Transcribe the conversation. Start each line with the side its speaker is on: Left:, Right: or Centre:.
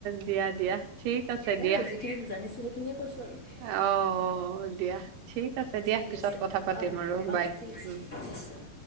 Right: দিয়া দিয়া, ঠিক আছে
Left: সেয়াই
Right: দিয়া।
Left: আৰু যিখিনি জানিছোঁ সেইখিনিয়ে কৈছোঁ আৰু
Right: অ দিয়া, ঠিক আছে দিয়া
Left: ঠিক
Right: পিছত
Left: আছে
Right: কথা পাতিম
Left: অহ
Right: আৰু বাই
Left: অহ ঠিক আছে
Right: উম
Left: ঠিক আছে